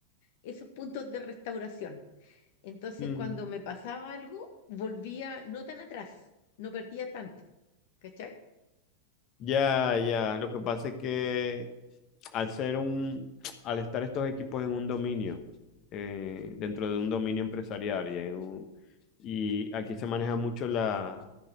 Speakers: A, on the left (about 50°); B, on the left (about 35°).
A: esos puntos de restauración. Entonces,
B: Mm.
A: cuando me pasaba algo, volvía no tan atrás, no perdía tanto, ¿cachai?
B: Ya, ya, lo que pasa es que al ser un, al estar estos equipos en un dominio, eh, dentro de un dominio empresarial y, en un- y aquí se maneja mucho la,